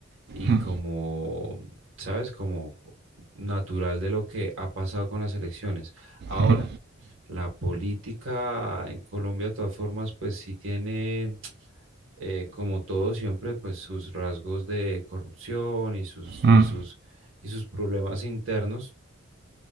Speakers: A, on the right; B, on the right.
A: y
B: Mm,
A: como, ¿sabes? Como natural de lo que ha pasado con las elecciones. Ahora,
B: mm,
A: la política en Colombia, de todas formas, pues sí tiene, eh, como todo siempre, pues sus rasgos de corrupción y sus,
B: mm,
A: y sus, y sus problemas internos,